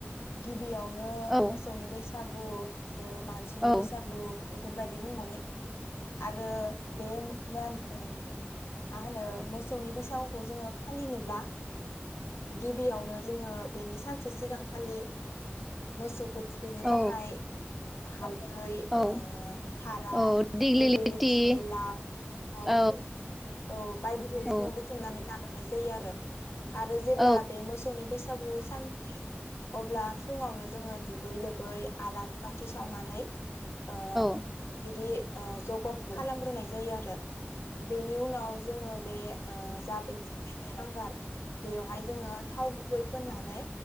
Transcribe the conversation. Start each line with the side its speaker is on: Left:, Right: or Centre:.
Left: गिब बियावनो
Centre: औ
Left: मोसौनि बैस सागु आरो मानसिनि
Centre: औ
Left: बैसागु बेफोरबायदि बुंनानै आरो बे मो-मानस ओं मा होनो मोसौनि बैसागुखौ जोङो फ फालिनोब्ला गिबियावनो जोङो बेनि सानसे सिगांखालि मोसौखौ थुखैनो
Centre: औ
Left: थाखाय हालदै
Centre: औ
Left: ओ थाराय
Centre: औ दिग्लिलिथि
Left: दिग्लि लिथि, लाव, फान्थाव
Centre: औ
Left: औ बायदिखौ
Centre: औ
Left: जोङो बुथुमनानै लाग्रोनाय जायो आरो। आरो जेब्ला
Centre: औ
Left: बे मोसौनि बैसागु सान अब्ला फुङावनो जोङो दुगै लोबै आलारि बान्थि सावनानै ओ
Centre: औ
Left: बिदि ओ जगल खालामग्रोनाय जायो आरो बेनि उनाव जोङो बे ओ जा बे सारायनि हांगार, बेवहाय जोङो थाव गुबै फोननानै